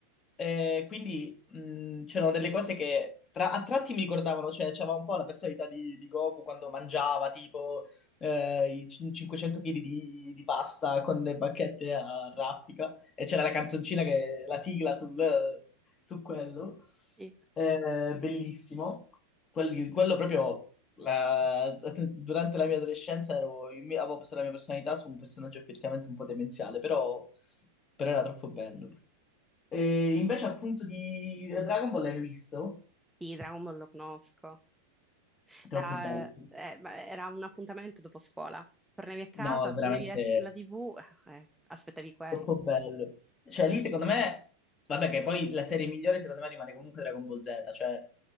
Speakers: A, on the left; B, in the centre.
A: Eh, quindi mh, c'erano delle cose che tra- a tratti mi ricordavano, cioè c'aveva un po' la personalità di, di Goku quando mangiava tipo eh, i cin- 500 kg di, di pasta con le bacchette a raffica e c'era la canzoncina che la sigla sul, su quello.
B: Sì,
A: Eh, bellissimo. Quelli- quello proprio la- <laughs> durante la mia adolescenza ero, avevo posto la mia personalità su un personaggio effettivamente un po' demenziale, però, però era troppo bello. E invece appunto di Dragon Ball l'hai visto?
B: sì, Dragon Ball lo conosco.
A: Troppo
B: Da,
A: bello.
B: eh, ma era un appuntamento dopo scuola. Tornavi a casa,
A: No,
B: accendevi
A: veramente
B: la, la TV, eh, eh, aspettavi quello.
A: troppo bello. Cioè lì secondo me, vabbè che poi la serie migliore secondo me rimane comunque Dragon Ball Z, cioè